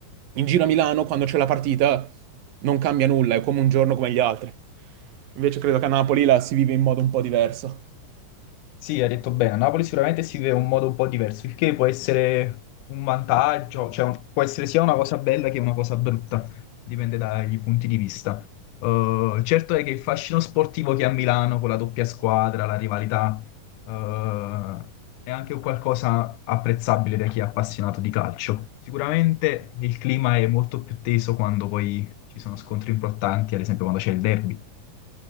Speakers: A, on the right (about 80°); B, on the left (about 75°).
A: in giro a Milano, quando c'è la partita, non cambia nulla, è come un giorno come gli altri. Invece credo che a Napoli la si vive in modo un po' diverso.
B: Sì, hai detto bene, a Napoli sicuramente si vive in un modo un po' diverso, il che può essere un vantaggio, cioè un- può essere sia una cosa bella che una cosa brutta, dipende dai punti di vista. Eh, certo è che il fascino sportivo che ha Milano con la doppia squadra, la rivalità, eh, è anche un qualcosa apprezzabile da chi è appassionato di calcio. Sicuramente il clima è molto più teso quando poi ci sono scontri importanti, ad esempio quando c'è il derby.